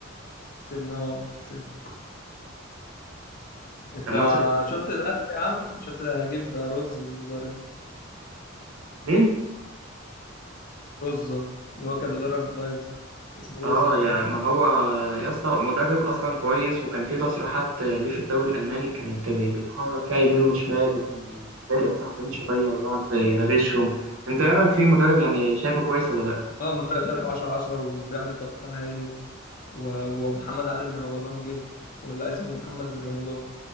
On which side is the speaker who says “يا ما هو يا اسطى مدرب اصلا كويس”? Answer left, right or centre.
Right